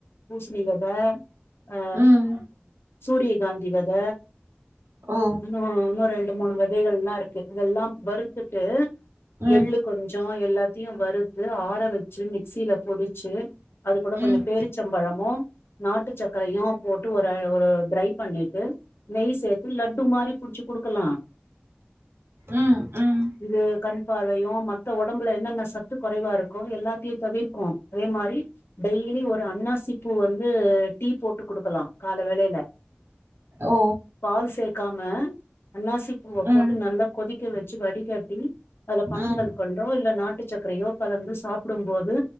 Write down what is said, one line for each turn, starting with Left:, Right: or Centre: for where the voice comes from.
Left: பூசணிவெத ஆ
Right: ம்.
Left: சூரியகாந்தி வெத
Right: ஓ!
Left: என்ன வேணு இன்னும் ரெண்டு மூணு வெதைகள்லா இருக்கு இதெல்லாம் வறுத்துட்டு
Right: ம்.
Left: எள்ளு கொஞ்சம் ஹ எல்லாத்தியும் வறுத்து ஆற வச்சு மிக்சியில பொடி செ அதுக் கூட
Right: ம்.
Left: கொஞ்சம் பேரிச்சம்பழமும் நாட்டுச்சக்க கைய்யும் போட்டு ஒரு ஒரு ட்ரை பண்ணிட்டு நெய் சேர்த்து லட்டு மாரி புடிச்சுப் குடுக்கலாம்
Right: ம். ம்.
Left: இது கண் பார்வையும் மத்த உடம்புல என்னென்ன சத்து குறைவா இருக்கும் எல்லாத்தையும் தவிர்க்கும் அதே மாரி டெய்லி ஒரு அண்ணாசி பூ வந்து டீ போட்டுக்குடுக்கலாம் கால்ல வேலையில
Right: ஓ!
Left: பால் சேக்காம அண்ணாசி பூவ போட்டு
Right: ம்.
Left: நல்லா கொதிக்க வெச்சு வடிகட்டி அதுல பனங்கல்கண்டோ
Right: ம்.
Left: இல்ல நாட்டுசக்கரையோ கலந்து சாப்பிடும் போது